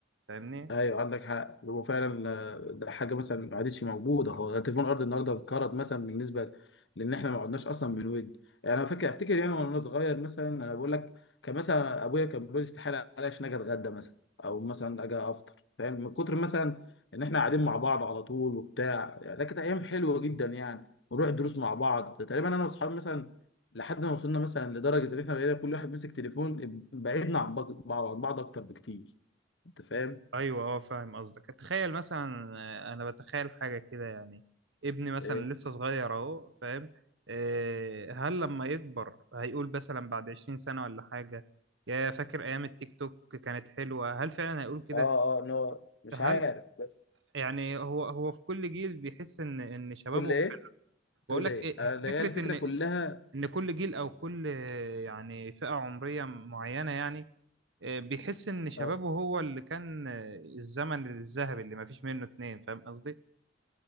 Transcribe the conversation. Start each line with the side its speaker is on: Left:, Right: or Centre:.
Right: فاهمني؟
Left: ايوه عندك حق هو فعلا آه، ده حاجه مثلا ما عادتش موجوده هو تليفون الارض النهارده انقرض مثلا بالنسبه لان احنا ما قعدناش اصلا بنود يعني انا فاكر افتكر يعني وانا صغير مثلا انا بقول لك كان مثلا ابويا كان بيقول استحاله عليش ان اجي اتغدى مثلا او مثلا اجي افطر فاهم من كتر مثلا ان احنا قاعدين مع بعض على طول وبتاع يعني ده كانت ايام حلوه جدا يعني ونروح الدروس مع بعض تقريبا انا واصحابي مثلا لحد ما وصلنا مثلا لدرجه ان احنا بقينا كل واحد ماسك تليفون بعيدنا عن بعض عن بعض اكتر بكتير انت فاهم
Right: ايوه اه فاهم قصدك تخيل مثلا آه، انا بتخيل حاجه كده يعني ابني مثلا
Left: آه،
Right: لسه صغير اهو فاهم آه، هل لما يكبر هيقول مثلا بعد 20 سنه ولا حاجه يا فاكر ايام التيك توك كانت حلوه هل فعلا هيقول كده
Left: اه اه ان هو مش
Right: هل
Left: عارف بس
Right: يعني هو هو في كل جيل بيحس ان ان شبابه
Left: كل ايه تقول
Right: بقول لك
Left: ايه
Right: إيه،
Left: انا
Right: فكره
Left: هي الفكره
Right: ان
Left: كلها
Right: ان كل جيل او كل آه، يعني فئه عمريه معينه يعني آه، بيحس ان شبابه
Left: اه
Right: هو اللي كان آه، الزمن الذهبي اللي ما فيش منه اتنين فاهم قصدي